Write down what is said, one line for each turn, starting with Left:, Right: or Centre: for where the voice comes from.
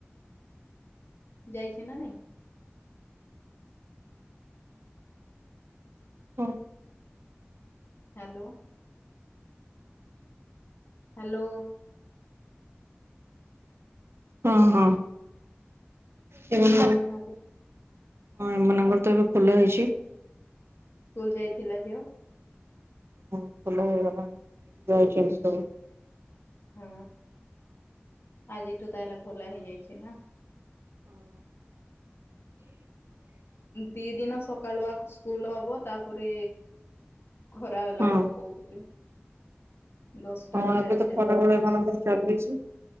Left: ଯାଇଛି ନା ନାଇଁ।
Right: ହଁ।
Left: ହ୍ୟାଲୋ। ହ୍ୟାଲୋ।
Right: ହଁ ହଁ <unintelligible>
Left: ହୁଁ ହ୍ୟାଲୋ
Right: ହଁ ଏମାନଙ୍କର ତ ଏବେ ଖୋଲା ହେଇଛି।
Left: ସ୍କୁଲ ଯାଇଥିଲା ଝିଅ।
Right: <unintelligible>
Left: ହଁ ଆଜି ଏଠୁ ତାହେଲେ ଖୋଲା ହେଇଯାଇଛି ନା।
Right: ହଁ।
Left: ଦି ଦିନ ସକାଳୁ ଆ ସ୍କୁଲ ହବ ତାପରେ ଖରା ହେଲା
Right: ହଁ
Left: ହବ କହୁଥିଲେ। ଦଶଟା
Right: ହଁ
Left: ରୁ ଚାରିଟା।
Right: ଏବେ ତ ଖରା ଭଳିଆ ମାନଙ୍କର ଚାଲିଛି।